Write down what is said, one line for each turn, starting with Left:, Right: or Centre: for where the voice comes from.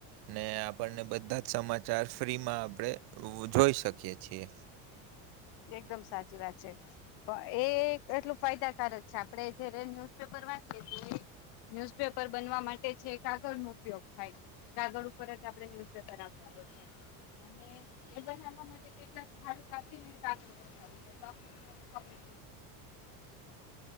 Right: ને આપણને બધા જ સમાચાર ફ્રીમાં આપણે જોઈ શકીએ છીએ.
Left: એકદમ સાચી વાત છે. પણ એ એટલું ફાયદાકારક છે આપડે જયારે ન્યુઝપેપર વાંચીએ તો ન્યુઝપેપર બનવા માટે છે કાગળ નો ઉપયોગ થાય કાગગળ ઉપર જ આપડણે ન્યુઝપેપર આવતા હોય છે અને એ બનાવા માટે કેટલા ઝાડ કાપી સાક છે સાકડી